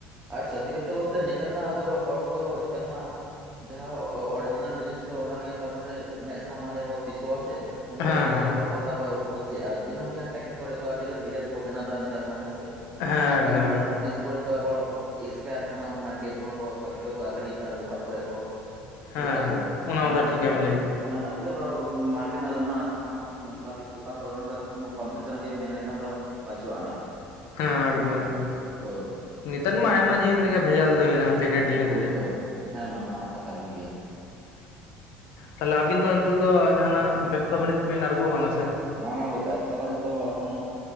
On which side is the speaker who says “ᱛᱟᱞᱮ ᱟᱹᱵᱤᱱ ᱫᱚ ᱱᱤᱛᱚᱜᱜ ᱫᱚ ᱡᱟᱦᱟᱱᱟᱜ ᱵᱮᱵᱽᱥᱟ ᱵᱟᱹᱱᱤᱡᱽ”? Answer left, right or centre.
Left